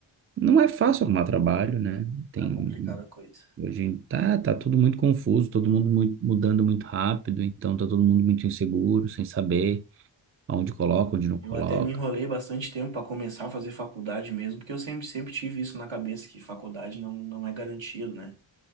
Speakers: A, on the right; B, on the right.
A: Não é fácil arrumar trabalho, né?
B: hum,
A: Tem
B: Tá complicada a coisa.
A: Hoje tá, tá tudo muito confuso, todo mundo mui- mudando muito rápido, então tá todo mundo muito inseguro, sem saber aonde coloca,
B: É.
A: onde não coloca.
B: Eu até me enrolei bastante tempo para começar a fazer faculdade mesmo, porque eu sempre, sempre tive isso na cabeça, que faculdade não, não é garantido, né?